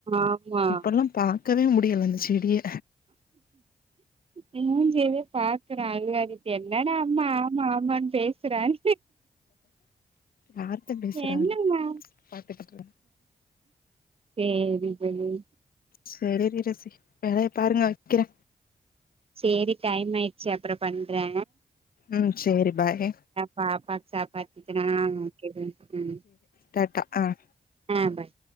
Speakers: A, on the right; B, on the left.
A: ஆமா
B: இப்பல்லா பாக்கவே முடில அந் செடியை
A: அ மூஞ்சியயே பாக்குறா <unintelligible> என்னடா அம்மா ஆமா ஆமான்னு பேசுறான்
B: யார்த்த பேசுறாங்
A: என்னம்மா
B: பாட்டுக்கட்டு
A: சேரி <unintelligible>
B: சேரி <unintelligible> வேலைய பாருங்க வைக்கறே
A: சேரி டைம் ஆயிருச்சு அப்றோ பண்றே
B: ம் சேரி பாய்
A: பாப்பாக்கு சாப்பாடு ஊட்டனா <unintelligible>
B: பேட்டா ஆஹ
A: ஆஹ பாய்